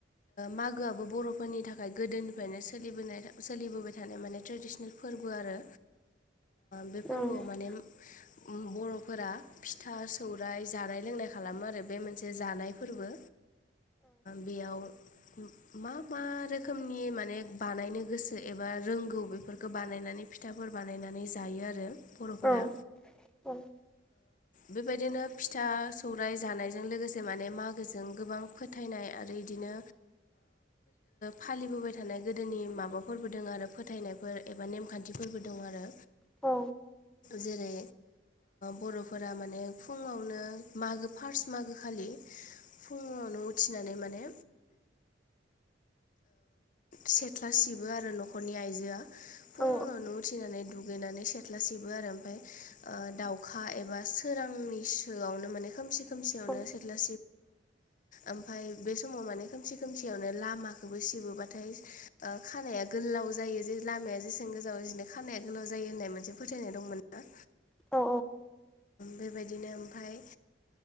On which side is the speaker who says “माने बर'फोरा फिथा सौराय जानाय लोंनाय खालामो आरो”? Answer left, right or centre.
Left